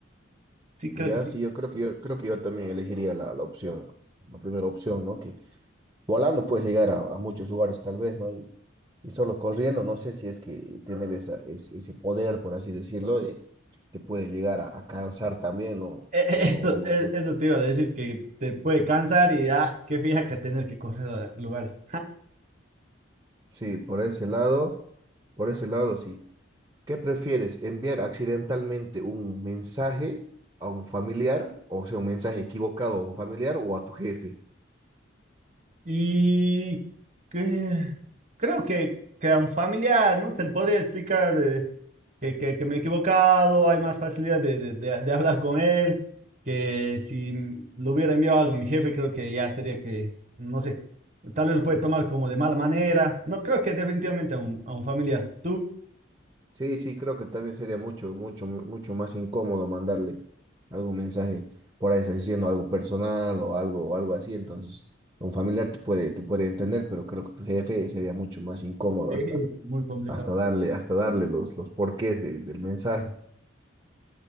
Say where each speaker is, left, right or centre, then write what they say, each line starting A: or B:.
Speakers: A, on the right; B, on the right.
A: Sí, creo
B: Ya,
A: que sí.
B: sí, yo creo que yo creo que yo también elegiría la, la opción, la primera opción, ¿no? Que volando puedes llegar a, a muchos lugares tal vez, ¿no? Y, y solo corriendo, no sé si es que tener esa, ese, ese poder, por así decirlo, eh, te puede llegar a, a cansar también, ¿no?
A: Eh, eh,
B: No,
A: Eso,
B: no, uno,
A: eh,
B: uno.
A: eso te iba a decir, que te puede cansar y, ah, qué fija que tener que correr a lugares.
B: Sí, por ese lado, por ese lado, sí. ¿Qué prefieres? ¿Enviar accidentalmente un mensaje a un familiar, o sea, un mensaje equivocado a un familiar o a tu jefe?
A: Y que- creo que, que a un familiar, ¿no? Se le podría explicar eh, que, que- que me he equivocado, hay más facilidad de, de- de- de hablar con él, que si le hubiera enviado algo a mi jefe, creo que ya sería que, no sé, tal vez lo puede tomar como de mala manera. No, creo que definitivamente a un, a un familiar. ¿Tú?
B: Sí, sí, creo que también sería mucho, mucho, mucho más incómodo mandarle algún mensaje por ahí, está diciendo algo personal o algo, o algo así. Entonces, un familiar te puede, te puede entender, pero creo que tu jefe sería mucho más incómodo
A: Sí,
B: hasta,
A: muy complicado.
B: hasta darle, hasta darle los, los porqués de- del mensaje.